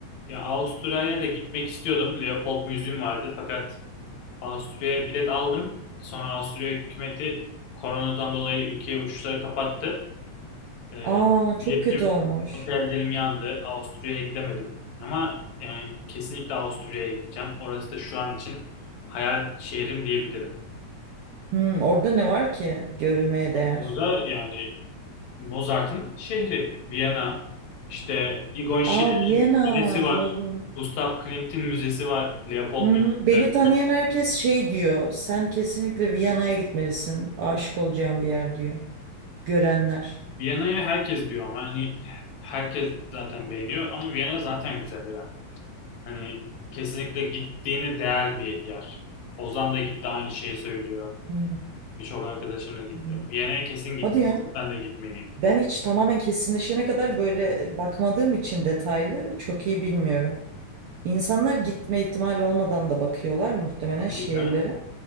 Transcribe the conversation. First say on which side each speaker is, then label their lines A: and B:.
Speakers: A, on the left (about 70°); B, on the right (about 70°).
A: Ya Avusturya'ya da gitmek istiyordum. Leopold Müziğim vardı fakat Avusturya'ya bilet aldım. Sonra Avusturya hükümeti koronadan dolayı ülkeye uçuşları kapattı. Ee,
B: Aa çok
A: biletim,
B: kötü olmuş.
A: otellerim yandı. Avusturya'ya gidemedim. Ama yani kesinlikle Avusturya'ya gideceğim. Orası da şu an için hayal şehrim diyebilirim.
B: Hmm, orada ne var ki görülmeye değer?
A: Bunu da yani Mozart'ın şehri Viyana. İşte Egon Schiller'in
B: Aa Viyana
A: müzesi var.
B: doğru.
A: Gustav Klimt'in müzesi var. Leopold
B: Hı hı.
A: Müzesi.
B: Beni tanıyan herkes şey diyor. Sen kesinlikle Viyana'ya gitmelisin. Aşık olacağın bir yer diyor. Görenler.
A: Viyana'ya herkes diyor ama hani herkes zaten beğeniyor ama Viyana zaten güzel İrem. Hani kesinlikle gittiğini değer bir yer. Ozan da gitti aynı şeyi söylüyor.
B: Hı
A: Birçok arkadaşım da gitti.
B: hı.
A: Viyana'ya kesin gitmelisin,
B: Hadi ya.
A: sen de gitmeliyim.
B: Ben hiç tamamen kesinleşene kadar böyle bakmadığım için detaylı çok iyi bilmiyorum. İnsanlar gitme ihtimali olmadan da bakıyorlar muhtemelen
A: Tabii
B: şehirlere.
A: canım.